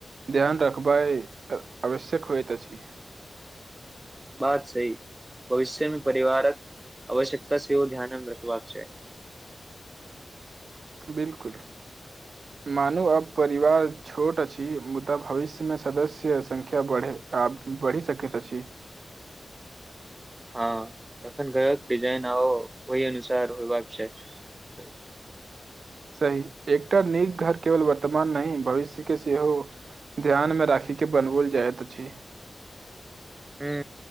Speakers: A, on the right (about 75°); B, on the right (about 30°).
A: ध्यान रखबा आवश्यक होइत अछि। <unintelligible>
B: सही भविष्यमे परिवारक आवश्यकता सेहो ध्यानमे रखबाक चाही। <unintelligible>
A: बिलकुल -मानू अब परिवार छोट अछि मुदा भविष्य मे सदस्य संख्या बढ़े -बढ़ि सकैत अछि। <unintelligible>
B: हँ तखन गय िजाइन आ ओहि अनुसार होयबाक छै। <unintelligible>
A: सही एकटा नीक घर केवल वर्तमान नहि भविष्य के सेहो ध्यान मे राखी के बनओल जाइत अछि। <unintelligible>
B: ह